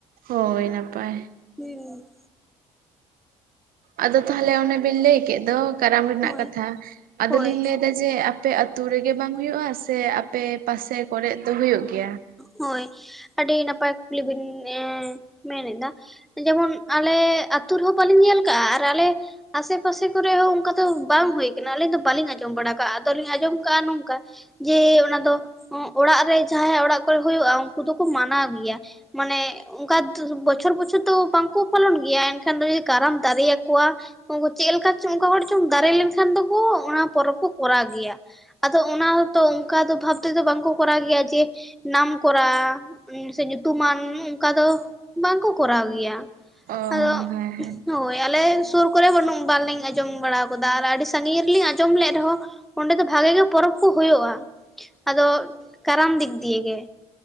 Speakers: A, on the right; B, in the centre.
A: ᱦᱚᱭ ᱱᱟᱯᱟᱭ
B: ᱦᱩᱸ
A: ᱟᱫᱚ ᱛᱟᱦᱚᱞᱮ ᱚᱱᱮ ᱵᱮᱱ ᱞᱟᱹᱭ ᱠᱮᱫ ᱫᱚ ᱠᱟᱨᱟᱢ ᱨᱮᱱᱟᱜ
B: ᱦᱳᱭ
A: ᱠᱟᱛᱷᱟ ᱟᱫᱚᱞᱤᱧ
B: ᱦᱳᱭ
A: ᱞᱟᱹᱭ ᱢᱮᱱᱟ ᱡᱮ ᱟᱯᱮ ᱟᱛᱳ ᱨᱮᱜᱮ ᱵᱟᱝ ᱦᱩᱭᱩᱜᱼᱟ ᱥᱮ ᱟᱯᱮ ᱯᱟᱥᱮ ᱠᱚᱨᱮ ᱫᱚ ᱦᱩᱭᱩᱜ ᱜᱮᱭᱟ
B: ᱦᱚᱭ ᱟᱹᱰᱤ ᱱᱟᱯᱟᱭ ᱠᱩᱠᱞᱤ ᱵᱤᱱ ᱢᱮᱱ ᱮᱫᱟ ᱡᱮᱢᱚᱱ ᱟᱞᱮ ᱟᱹᱛᱩ ᱨᱮᱦᱚᱸ ᱵᱟᱞᱤᱧ ᱧᱮᱞ ᱠᱟᱜᱼᱟ ᱟᱨ ᱟᱞᱮ ᱟᱥᱮ ᱯᱟᱥᱮ ᱠᱚᱨᱮ ᱦᱚᱸ ᱚᱱᱠᱟ ᱫᱚ ᱵᱟᱝ ᱦᱩᱭ ᱠᱟᱱᱟ ᱟᱹᱞᱤᱧ ᱫᱚ ᱵᱟᱹᱞᱤᱧ ᱟᱸᱡᱚᱢ ᱵᱟᱲᱟ ᱠᱟᱜᱼᱟ ᱟᱫᱚᱞᱤᱧ ᱟᱸᱡᱚᱢ ᱠᱟᱜᱼᱟ ᱱᱚᱝᱠᱟ ᱡᱮ ᱚᱱᱟ ᱫᱚ ᱚᱲᱟᱜ ᱨᱮ ᱡᱟᱦᱟᱸᱭ ᱚᱲᱟᱜ ᱠᱚᱨᱮ ᱦᱩᱭᱩᱜᱼᱟ ᱩᱱᱠᱩ ᱫᱚᱠᱚ ᱢᱟᱱᱟᱣ ᱜᱮᱭᱟ ᱢᱟᱱᱮ ᱚᱱᱠᱟ ᱵᱚᱪᱷᱚᱨ ᱵᱚᱪᱷᱚᱨ ᱫᱚ ᱵᱟᱝᱠᱚ ᱯᱟᱞᱚᱱ ᱜᱮᱭᱟ ᱮᱱᱠᱷᱟᱱ ᱫᱚ ᱡᱩᱫᱤ ᱠᱟᱨᱟᱢ ᱫᱟᱨᱮᱭᱟ ᱠᱚᱣᱟ ᱩᱱᱠᱩ ᱪᱮᱫ ᱞᱮᱠᱟ ᱪᱚᱝ ᱚᱱᱠᱟ ᱦᱚᱲ ᱪᱚᱝ ᱫᱟᱨᱮ ᱞᱮᱱᱠᱷᱟᱱ ᱫᱚᱠᱚ ᱚᱱᱟ ᱯᱚᱨᱚᱵᱽ ᱠᱚ ᱠᱚᱨᱟᱣ ᱜᱮᱭᱟ ᱟᱫᱚ ᱚᱱᱟ ᱦᱚᱸᱛᱚ ᱚᱱᱠᱟ ᱫᱚ ᱵᱷᱟᱵ ᱛᱮᱫᱚ ᱵᱟᱝᱠᱚ ᱠᱚᱨᱟᱣ ᱜᱮᱭᱟ ᱡᱮ ᱱᱟᱢᱠᱚᱨᱟ ᱥᱮ ᱧᱩᱛᱩᱢᱟᱱ ᱚᱱᱠᱟ ᱫᱚ ᱵᱟᱝᱠᱚ ᱠᱚᱨᱟᱣ ᱜᱮᱭᱟ
A: ᱚ
B: ᱟᱫᱚ
A: ᱦᱮᱸ ᱦᱮᱸ
B: ᱦᱚᱭ ᱟᱞᱮ ᱥᱩᱨ ᱠᱚᱨᱮ ᱵᱟᱹᱱᱩᱜ ᱵᱟᱞᱤᱧ ᱟᱸᱡᱚᱢ ᱵᱟᱲᱟ ᱟᱠᱟᱫᱟ ᱟᱨ ᱟᱹᱰᱤ ᱥᱟᱺᱜᱤᱧ ᱨᱮᱞᱤᱧ ᱟᱸᱡᱚᱢ ᱞᱮᱜ ᱨᱮᱦᱚᱸ ᱚᱸᱰᱮ ᱫᱚ ᱵᱷᱟᱜᱤ ᱜᱮ ᱯᱚᱨᱚᱵᱽ ᱠᱚ ᱦᱩᱭᱩᱜᱼᱟ ᱟᱫᱚ ᱠᱟᱨᱟᱢ ᱫᱤᱠ ᱫᱤᱭᱮ ᱜᱮ